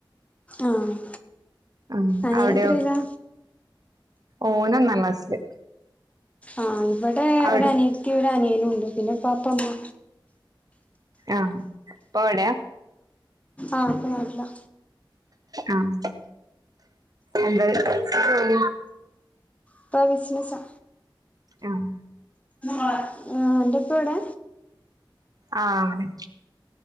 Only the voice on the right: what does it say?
ഉം
അവിടെയോ
ഓന് ഒന്നാംക്ലാസില്
അവിടെ
ആഹ് ഉപ്പ ഇവടെ
ആഹ് എന്തായി ജോലി
ആഹ്
ആഹ് അതെ